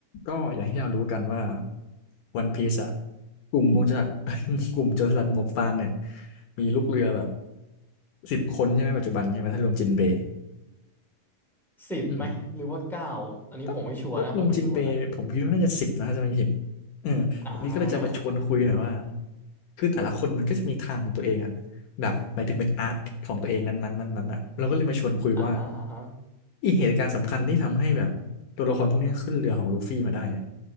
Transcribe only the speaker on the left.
ก็อย่างที่เรารู้กันว่าวันพีซอะกลุ่มโมูจรสลัด <laughs> กลุ่มโจรสลัดหมวกฟางเนี่ย มีลูกเรือแบบสิบคนใช่ไหมปัจจุบันใช่ไหมถ้ารวมจินเบย์
อืม ถ้าถ้ารวมจินเบย์ผมคิดว่าน่าจะสิบนะถ้าจะไม่ผิดเออวันนี้ก็เลยจะมาชวนคุยหน่อยว่า
คือแต่ละคนมันก็จะมีทางของตัวเองอะแบบหมายถึงเป็นอาร์คของตัวเองนั้นๆนั้นนั้นอะเราก็เลยมาชวนคุยว่า
อีเหตุการณ์สำคัญที่ทำให้แบบตัวละครพวกเนี้ยขึ้นเรือของลูฟี่มาได้เนี่ย